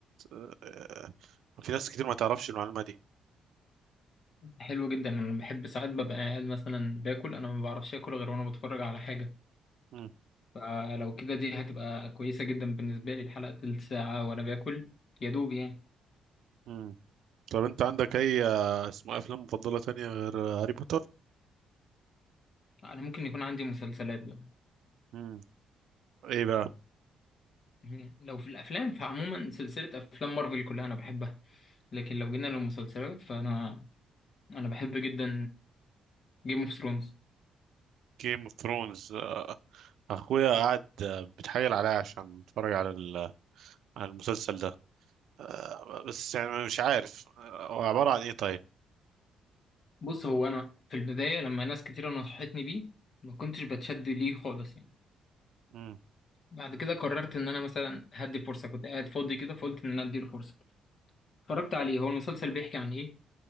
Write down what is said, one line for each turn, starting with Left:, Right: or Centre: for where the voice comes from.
Right: آه، آه، في ناس كتير ما تعرفش المعلومة دي
Left: حلو جدا انا بحب ساعات ببقى قاعد مثلا باكل انا ما بعرفش اكل غير وانا بتفرج على حاجة
Right: مم.
Left: فلو كده دي هتبقى كويسة جدا بالنسبة لي الحلقة تلت ساعة وانا باكل يا دوب يعني
Right: مم. طب انت عندك اي آه، اسمه ايه، افلام مفضلة تانية غير آه، هاري بوتر
Left: انا ممكن يكون عندي مسلسلات بقى
Right: مم. ايه بقى
Left: مم. لو في الافلام فعموما سلسلة افلام مارفل كلها انا بحبها لكن لو جينا للمسلسلات فانا انا بحب جدا جيم اوف ثرونز
Right: جيم اوف ثرونز اخويا قاعد آه، بيتحايل عليا عشان اتفرج على ال- على المسلسل ده آه، بس يعني مش عارف آه، هو عبارة عن ايه طيب
Left: بص هو انا في البدايه لما ناس كتيره نصحتني بيه ما كنتش بتشد ليه خالص يعني
Right: مم.
Left: بعد كده قررت ان انا مثلا هدي فرصه كنت قاعد فاضي كده فقلت ان انا اديله فرصه اتفرجت عليه هو المسلسل بيحكي عن ايه